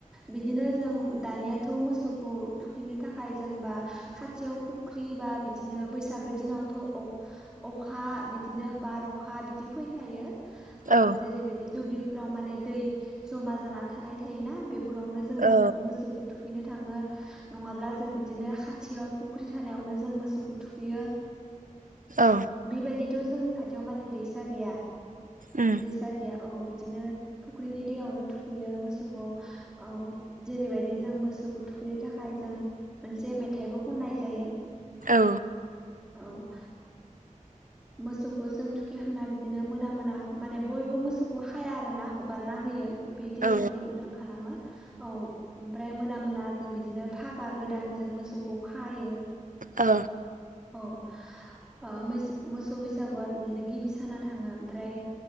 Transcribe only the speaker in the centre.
बिदिनो जों दानियाथ मोसौखौ थुखैनो थाखाय जोंबा खाथियाव फुख्रि बा बिदिनो बैसागु बैसागु दिनावथ अखा बिदिनो बार अखा बिदि फैखायो
जेरैबायदि दुब्लिफोराव माने दै जमा जाना थानाय थायोना बेफोरावनो जों मोखौ
मोसौखौ थुखै थुखैनो थाङो नङाब्ला जों बिदिनो खाथियाव फुख्रि थानायावनो जों मोसौखौ थुखै थुखैयो
बेबायदिथ जोंनि खाथियाव माने दैसा गैया
दैसा गैया औ बिदिनो फुख्रिनि दैयावनो थुखैयो मोसौखौ औ जेरैबायदि जों मोसौखौ थुखैनो थाखाय जों मोनसे मेथाइबो खननाय जायो
औ मोसौखौ जों थुखिखांना बिदिनो मोना मोना माने बयबो मोसौखौ खाया आरोना हगारना होयो बे दिनखालि
उदां खालामो औ ओमफ्राय मोना मोना जों बिदिनो फागा गोदान जों मोसौखौ खायो
औ ओ मोसौ मोसौ बैसागुआ बिदिनो गिबि साना थाङो ओमफ्राय